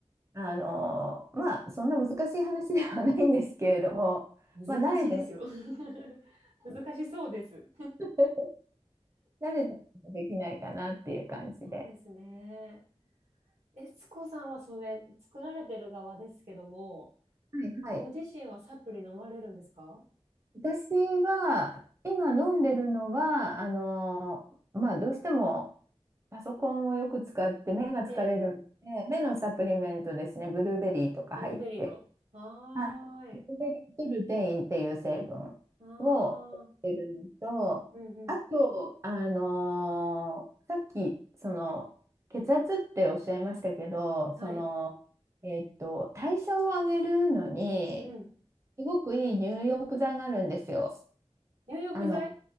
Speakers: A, on the right; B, on the right.
A: あの、まあ、そんな難しい話ではないんですけれども、
B: 難しいですよ。
A: まあ、慣れてない、
B: <laughs> 難しそうです。
A: <laughs> 慣れてないとできないかなっていう感じで。
B: そうですね。えつこさんはそれ、作られてる側ですけども、
A: はいはい。
B: ご自身はサプリ飲まれるんですか
A: 私は、今飲んでるのは、あの、まあ、どうしてもパソコンをよく使って目が疲れるんで、
B: ええ
A: 目のサプリメントですね、ブルーベリーとか入って、
B: ブルーベリーの。はーい。
A: はい、ブルーベリーとルテインっていう成分を取ってるのと、
B: ああ、うんうん
A: あと、あの、さっき、その、血圧っておっしゃいましたけど、その、
B: はい。
A: えっと、代謝を上げるのに、
B: うん、
A: すごくいい入浴剤があるんですよ。
B: 入浴剤
A: あの、